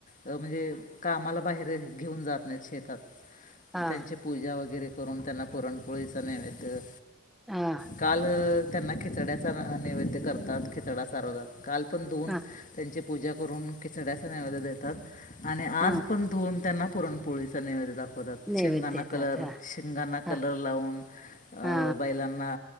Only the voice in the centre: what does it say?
हा
हा
हा
हा
नैवेद्य
देतात
हा
हा